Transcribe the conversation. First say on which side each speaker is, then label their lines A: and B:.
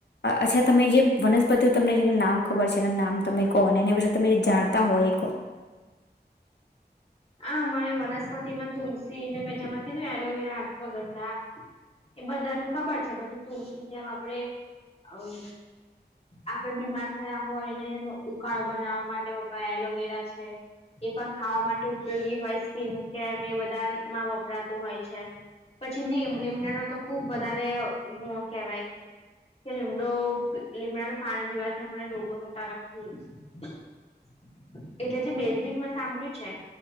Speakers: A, on the left; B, on the left.
A: અચ્છા તમે જે વનસ્પતિઓ તમને જેનું નામ ખબર છે એના નામ તમે કહો ને એના વિશે તમે જાણતા હોય એ કહો.
B: હા મને વનસ્પતિમાં તુલસી ને મેં જે અમણા કીધું ને એલોવેરા, અશ્વગંધા. એ બધા નું ખબર છે. પછી તુલસી જેમ આપડે અમ્મ... આપડે બીમાર થયા હોય ને એનો ઉકાળો બનાવવા માટે વપરાય એલોવેરા છે. એ પણ ખાવા માટે ઉપયોગી હોય સ્કીન કેર ને એ બધામાં વપરાતું હોય છે. પછી નીમ લીમડા નો તો ખુબ વધારે ગુણ કહેવાય. કે લીમડો લીમડાનું પાણી પીવાથી... <unintelligible> રોગોનું કારણ છે એજ એટલે જે બેઝિક મેં સાંભળ્યું છે.